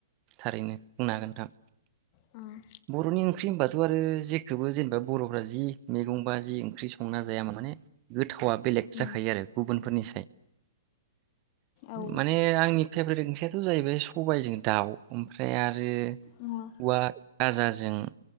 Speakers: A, on the right (about 35°); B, on the left (about 45°).
A: थारैनो बुंनो हागोन नोंथां
B: अ
A: बर'नि ओं ओंख्रि होनबाथ' आरो जेखौबो जेनेबा बर'फ्रा जि मैगं बा जि ओंख्रि संना जायामोन माने गो थावा बेलेग
B: उम
A: जाखायो आरो गुबुनफोरनि <unintelligible>
B: औ
A: माने आंनि फेभरेट ओंख्रिया बे जाहैबाय खबाय जों दाउ ओमफ्राय आरो रो
B: अ
A: उवा फाजाजों